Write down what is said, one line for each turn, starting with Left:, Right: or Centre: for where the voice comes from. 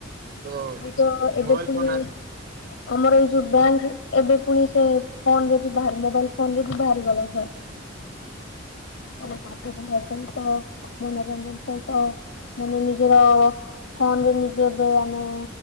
Right: ତ
Left: ଆଉ ତ ଏବେ
Right: ମୋବାଇଲ
Left: ପୁଣି
Right: ଫୋନ ଆସ
Left: ଆମର ଏଇ ଯୋଉ ବ୍ୟାଙ୍କ ଏବେ ପୁଣି ସେ ଫୋନ ରେ ବି ବାହାର ମୋବାଇଲ ଫୋନ ରେ ବି ବାହାରି ଗଲା। ମାନେ ପାଠ ପଢ଼ା ସହିତ ମନୋରଞ୍ଜନ ସହିତ ମାନେ ନିଜର ଫୋନ ରେ ନିଜେ ଏବେ ଆମେ